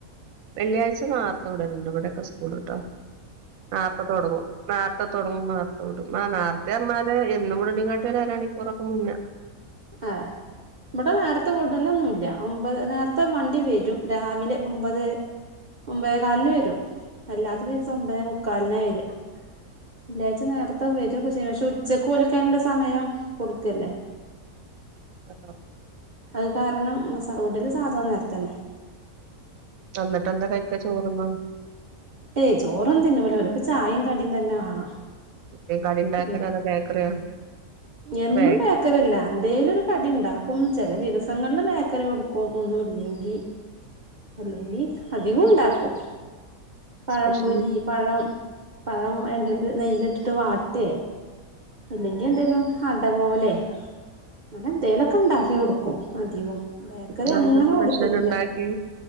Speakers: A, on the right (about 75°); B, on the right (about 50°).
A: വെള്ളിയാഴ്ച നോർത്ത വിടലുണ്ട് ഇവിടെൊക്കെ സ്കൂൾ കട്ടോ നേരത്തെ തുടങ്ങും നേരത്തെ തുടങ്ങും നേരത്തെ വിടും ആ നേരത്തെ പറന്നാല് എന്നും കൂടെ നിങ്ങട്ടരാണിക്കൂറൊക്കെ മുന്നേ
B: ആഹ് ഇവിടെ നേരത്തെ ഫുഡല്ല ഒന്നുമ ഇല്ല ല്ല ഒമ്പത് നേരത്തെ വണ്ടി വരും രാവിലെ ഒമ്പത് ഒമ്പതേ കാലിന് വരും അല്ലാത്ത ദിവസം ഒമ്പതേ മുക്കാലിനെ വരക വെള്ളിയാഴ്ച്ച നേരത്തെ വരും ഒക്കെ ചെയും പക്ഷെ ഉച്ചക്ക് ഒലിക്കാനുള്ള സമയം കൊടുക്കല്ലേ
A: ആഹ്
B: അത് കാരണം സൗണ്ട് സാധനം നേരത്തന്നെ
A: വന്നിട്ട് എന്താ കൈക്ക ചോർന്ന്
B: ഏയ് ചോറും തിന്നുമല്ല ഇപ്പ ചായയും കടിയും തന്നെ വേണം
A: എന്തേം കടി ഉണ്ടാക്കലോ
B: ഉ
A: അതോ ബേക്കറിയോ
B: എന്നും
A: ബേക്കറി
B: ബേക്കറില്ല എന്തേലും ഒരു കടി ഉണ്ടാക്കും ചില ദിവസം ബേക്കറി കൊടുക്കും ഒന്നുമില്ലെങ്കിൽ അല്ലെങ്കിൽ അധികം ഉണ്ടാക്കും പഴം
A: സ്പെഷ്യൽ
B: പൊരി പഴം പഴം എണ്ണൽ നെയില ഇട്ടിട്ട് വാട്ടും പെ അല്ലെങ്കിൽ എന്തേലും അട പോലെ അല്ല എന്തേലുമൊക്കെ ഉണ്ടാക്കി കൊടുക്കും അധികവും ബേക്കറി
A: ഇന്നെന്താ
B: അങ്ങനെ
A: സ്പെഷ്യൽ
B: കൊടുക്കല്ലില്ല
A: ഉണ്ടാക്കി